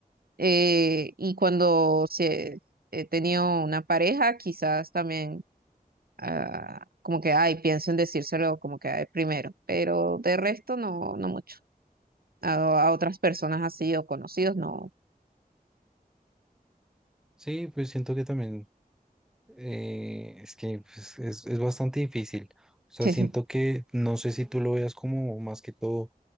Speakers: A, on the right; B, in the centre.
A: Eh, y cuando se, he tenido una pareja, quizás también ah, como que, ay, pienso en decírselo como que, ay, primero, pero de resto no, no mucho. A, a otras personas así o conocidos, no.
B: Sí, pues siento que también eh, es que pues, es, es bastante difícil. O sea,
A: <laughs>
B: siento que no sé si tú lo veas como más que todo